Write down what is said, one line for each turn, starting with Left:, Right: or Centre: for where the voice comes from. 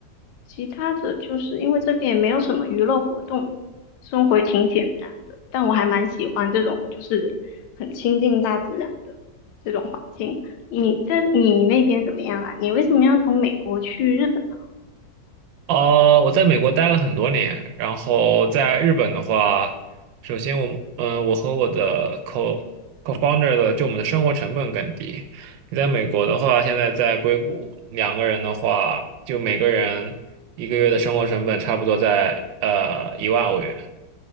Left: 其他的就是因为这边也没有什么娱乐活动，生活也挺简单的，但我还蛮喜欢这种就是很亲近大自然的这种环境。你，但你那边怎么样啊？你为什么要从美国去日本呢？
Right: 呃，我在美国待了很多年，然后在日本的话，首先我，嗯、我和我的 co co-founder 的，就我们的生活成本更低。你在美国的话，现在在硅谷，两个人的话，就每个人一个月的生活成本差不多在呃一万欧元，